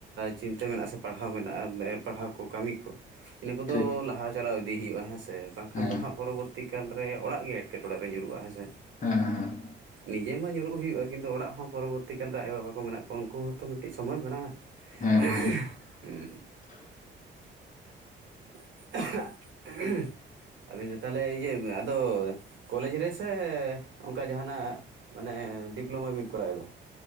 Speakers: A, on the right (about 70°); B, on the left (about 40°).
A: ᱪᱤᱱᱛᱟᱹ ᱢᱮᱱᱟᱜᱼᱟ ᱥᱮ ᱯᱟᱲᱦᱟᱣ ᱢᱮᱱᱟᱜᱼᱟ, ᱯᱟᱲᱦᱟᱣ ᱠᱚ ᱠᱟᱹᱢᱤ ᱠᱚ ᱤᱱᱟᱹ ᱠᱚᱫᱚ
B: ᱴᱷᱤᱠ
A: ᱞᱟᱦᱟ ᱪᱟᱞᱟᱣ ᱤᱫᱤ ᱦᱩᱭᱩᱜᱼᱟ ᱦᱮᱸᱥᱮ, ᱵᱟᱝᱠᱷᱟᱱ
B: ᱦᱮᱸ ᱦᱮᱸ
A: ᱫᱚ ᱦᱟᱸᱜ ᱯᱚᱨᱚᱵᱚᱨᱛᱤ ᱛᱤᱠᱟᱞ ᱨᱮ ᱚᱲᱟᱜ ᱜᱮ ᱮᱴᱠᱮᱴᱬᱮ ᱨᱮ ᱧᱩᱨᱩᱜᱼᱟ ᱦᱮᱸ ᱥᱮ ᱾
B: ᱦᱮᱸ ᱦᱮᱸ᱾
A: ᱱᱤᱡᱮ ᱢᱟ ᱧᱩᱨᱩᱜ ᱦᱩᱭᱩᱜᱼᱟ ᱠᱤᱱᱛᱩ ᱚᱲᱟᱜ ᱦᱚᱸ ᱯᱚᱨᱚᱵᱚᱨᱛᱤ ᱠᱟᱞ ᱨᱮ ᱟᱭᱳ ᱵᱟᱵᱟ ᱠᱚ ᱢᱮᱱᱟᱜ ᱠᱚᱣᱟ ᱩᱱᱠᱩ ᱦᱚᱸᱛᱚ ᱢᱤᱫᱴᱮᱱ ᱥᱚᱢᱚᱭ ᱢᱮᱱᱟᱜᱼᱟ ᱾
B: ᱦᱮᱸ ᱦᱮᱸ
A: <unintelligible> ᱦᱩᱸ ᱾
B: <unintelligible>
A: <unintelligible> ᱟᱵᱤᱱ ᱫᱚ ᱛᱟᱦᱚᱞᱮ ᱤᱭᱟᱹ ᱟᱫᱚ ᱠᱚᱞᱮᱡᱽ ᱨᱮᱥᱮ ᱚᱱᱠᱟ ᱡᱟᱸᱦᱟᱱᱟᱜ ᱢᱟᱱᱮ ᱰᱤᱯᱞᱳᱢᱟ ᱵᱤᱱ ᱠᱚᱨᱟᱣᱮᱫᱟ?